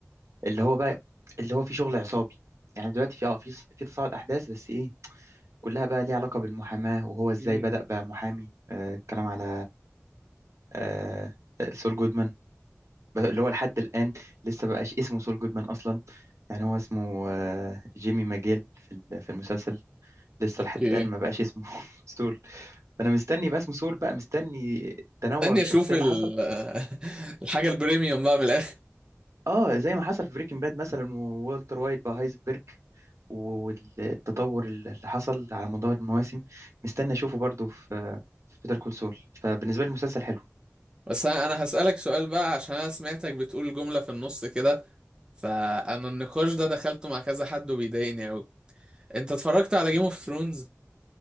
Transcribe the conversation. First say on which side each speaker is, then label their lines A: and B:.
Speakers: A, on the right; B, on the right.
A: اللي هو بقى اللي هو في شغل عصابي يعني دلوقتي في اه في في تصاعد أحداث بس إيه كلها بقى ليها علاقة بالمحاماة وهو إزاي
B: مم.
A: بدأ بقى محامي آه، الكلام على آه، آه، سول جودمان بقى اللي هو لحد الآن لسه بقاش اسمه سول جودمان أصلا يعني هو اسمه آه، جيمي ماجيل في ال- في المسلسل لسه
B: اوكي
A: لحد الآن ما بقاش اسمه <laughs> سول فأنا مستني بقى اسمه سول بقى مستني تنوع
B: استني
A: الشخصية
B: اشوف ال...
A: اللي حصل
B: <laughs> الحاجه البريميوم بقى من الاخر
A: اه زي ما حصل في بريكنج باد مثلا وولتر وايت بقى هايزبرج والتطور اللي حصل على مدار المواسم مستني اشوفه برضو في في بيتر كول سول فبالنسبه لي المسلسل حلو
B: بس انا انا هسالك سؤال بقى عشان انا سمعتك بتقول جمله في النص كده فانا النقاش ده دخلته مع كذا حد وبيضايقني قوي انت اتفرجت على جيم اوف ثرونز